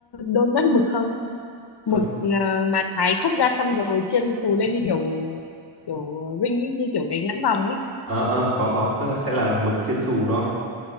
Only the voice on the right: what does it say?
Con
ờ ờ có có, tức là sẽ là mực chiên xù đúng không?